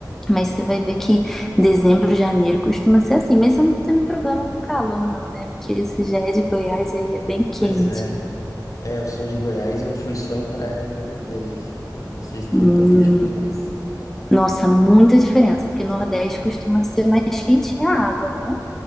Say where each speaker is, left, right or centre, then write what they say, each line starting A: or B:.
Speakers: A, in the centre; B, on the left (about 50°).
A: Mas você vai ver que dezembro, janeiro costuma ser assim. Mas você não tem problema com calor, não, né? Porque isso já é de Goiás e aí é bem quente.
B: Pois é. É, eu sou de Goiás e eu fui só em praia do Nordeste, né? Eu Não sei se tem
A: Hum,
B: tanta diferença.
A: nossa, muita diferença, porque Nordeste costuma ser mais quentinha a água, não?